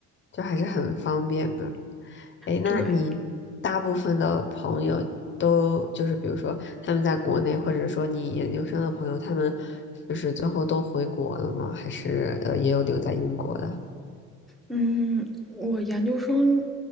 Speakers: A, on the left; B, in the centre.
A: 就还是很方便的。哎，
B: 对，
A: 那你大部分的朋友都就是，比如说他们在国内，或者说你研究生的朋友，他们就是最后都回国了吗？还是呃也有留在英国的？
B: 嗯，我研究生